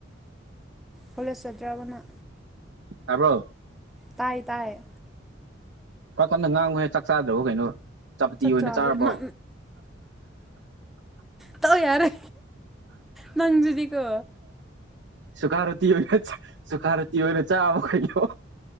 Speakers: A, in the centre; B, on the right.
A: ꯀꯣꯂꯦꯖ ꯆꯠꯇ꯭ꯔꯕꯅ
B: ꯇꯥꯔꯕ꯭ꯔꯣ
A: ꯇꯥꯏ ꯇꯥꯏ
B: ꯀ ꯀꯟꯅ ꯉꯥꯡꯉꯨ ꯍꯦ ꯆꯥꯛ ꯆꯥꯗ꯭ꯔꯕꯣ ꯀꯩꯅꯣ ꯆꯥꯄꯇꯤ
A: ꯆꯥꯛꯆꯥꯥꯛꯗ
B: ꯑꯣꯏꯅ ꯆꯥꯔꯕꯣ
A: ꯅ ꯇꯧꯑꯣ ꯌꯥꯔꯦ ꯅꯪꯗꯨꯨꯗꯤꯀꯣ
B: ꯁꯨꯀꯥꯔꯇꯤ ꯑꯣꯏꯅ ꯁꯨꯀꯥꯔꯨꯇꯤ ꯑꯣꯏꯅ ꯆꯥꯕ ꯀꯩꯅꯩꯅꯣ